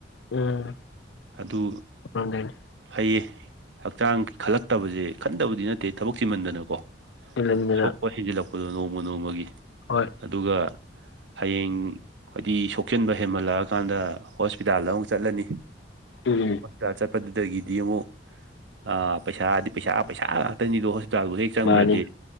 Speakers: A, on the left (about 75°); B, on the right (about 75°).
A: ꯎꯝ
B: ꯑꯗꯨ
A: ꯉꯝꯗꯣꯏꯅꯤ
B: ꯍꯩꯌꯦ ꯍꯛꯆꯥꯡ ꯈꯜꯂꯛꯇꯕꯁꯦ ꯈꯟꯗꯕꯗꯤ ꯅꯠꯇꯦ ꯊꯕꯛ ꯆꯃꯟꯗꯅꯀꯣ
A: ꯇꯤꯜꯍꯟꯗꯅ
B: ꯆ ꯄꯁꯤꯖ ꯂ ꯑꯩꯈꯣꯏꯗ ꯅꯣꯡꯃ ꯅꯣꯡꯃꯒꯤ
A: ꯍꯣꯏ
B: ꯑꯗꯨꯒ ꯍꯌꯦꯡ ꯍꯥꯏꯗꯤ ꯁꯣꯛꯆꯤꯟꯕ ꯍꯦꯟꯃꯜꯂꯛꯑꯀꯥꯟꯗ ꯍꯣꯁꯄꯤꯇꯥꯜꯗ ꯑꯃꯨꯛ ꯆꯠꯂꯅꯤ
A: ꯎꯝ
B: ꯑꯆꯥ ꯑꯆꯥ ꯑꯗꯨꯗꯒꯤꯗꯤ ꯑꯃꯨꯛ ꯑ ꯄꯩꯁꯥꯗꯤ ꯄꯩꯁꯥ ꯄꯩꯁꯥ ꯉꯥꯛꯇꯅꯤꯗꯣ ꯍ ꯆꯥꯛꯗꯨ ꯍꯦꯛ ꯆꯪꯉꯨꯔꯗꯤ
A: ꯃꯥꯅꯤ